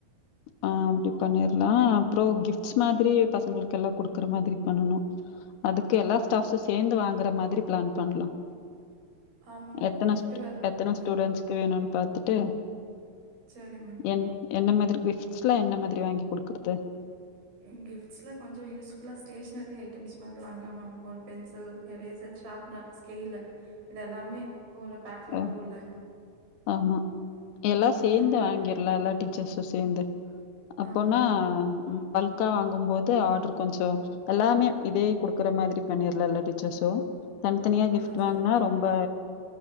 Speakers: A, on the left; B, on the right.
A: ஆ அப்டி பண்ணிர்லா அப்றோ கிஃப்ட்ஸ் மாத்ரி பசங்குளுக் கெல்லா குடுக்குற மாதிரி பண்ணனோ அதுக்கு எல்லா ஸ்டாஃப்ஸ்சு சேந்து வாங்குற மாதிரி பிளான் பண்லா
B: ஆமாம் மேம்
A: எத்தனே ஸ்ட்டு
B: வேறு கொடுக்கணும்
A: எத்தனே ஸ்டூடண்ட்ஸ்க்கு வேணுன் பாத்துட்டு
B: சரி மேம்
A: என் என்ன மாதிரி கிஃப் ஸ்லா என்ன மாதிரி வாங்கி குடுக்குற்து
B: ம் கிஃப்ட்ஸ்லே கொஞ்சோ யூஸ்ஃபுல்லா ஸ்டேஷனரி ஐட்டம்ஸ் மாதி வாங்லாமா ஒரு பென்சில் எரேசர் ஷாட்ப்னர் ஸ்கேலு இதெல்லாமே ஒரு பேக் லே
A: அ
B: வருலே
A: ஆமா எல்லா சேந்து
B: மாதிரி வாங்கி
A: வாங்கிர்லா இல்லாட்டி ஸ்ஸு சேந்து அப்போனா
B: ஆமா.
A: ம் பல்கா வாங்கும் போது ஆர்டர் கொஞ்ச எல்லாமே இதே குடுக்குற மாதிரி பண்ணிர்லா எல்லா டீச்சர்ஸு தனித்தனியா
B: ஆ
A: கிஃப்ட்
B: சரி
A: வாங்னா
B: ஓகே
A: ரொம்ப
B: மேம்.